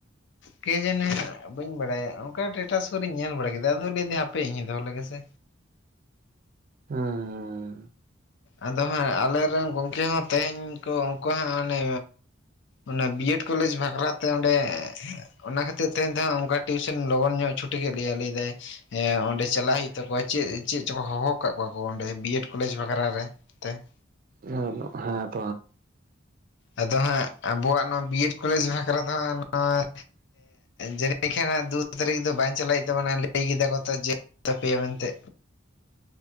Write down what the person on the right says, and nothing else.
ᱦᱩᱸᱻ
ᱦᱮᱸ <inaudible> ᱛᱚ ᱦᱟᱜᱻ